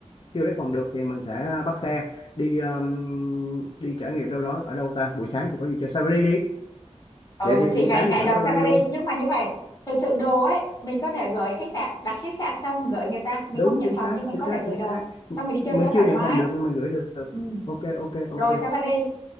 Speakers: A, on the left; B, on the left.
A: chưa lấy phòng được thì mình sẽ bắt xe đi ờm, đi trải nghiệm đâu đó ở đâu ta buổi sáng thì có gì chơi Safari đi
B: ừ
A: vậy thì
B: thì
A: buổi
B: ngày
A: sáng
B: ngày
A: đi thẳng
B: đầu
A: Safari
B: sang Paris
A: luôn
B: nhưng mà như vậy thực sự đồ ấy mình có thể gửi khách sạn đặt khách sạn xong gửi người ta mình
A: đúng
B: không nhận
A: chính
B: phòng
A: xác
B: nhưng mình
A: chính
B: có
A: xác
B: thể gửi
A: chính
B: đồ
A: xác
B: xong
A: M-
B: mình đi chơi
A: mình
B: cho thoải
A: chưa nhận
B: mái
A: phòng được nhưng mình gửi được
B: ừ.
A: ok ok ok
B: rồi safari